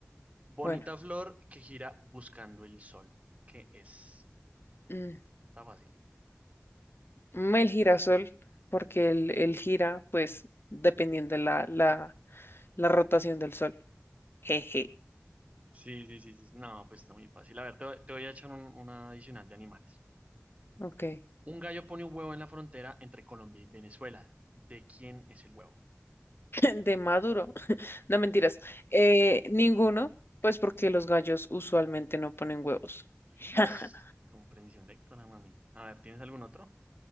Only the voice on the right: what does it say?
Bonita
flor que gira buscando el sol. ¿Qué es?
Está fácil.
Sí, sí, sí, sí. No, pues está muy fácil. A ver, te, voy te voy a echar un- una adicional de animales.
Un gallo pone un huevo en la frontera entre Colombia y Venezuela. ¿De quién es el huevo?
Ish,
comprensión lectora, mami. A ver, ¿tienes algún otro?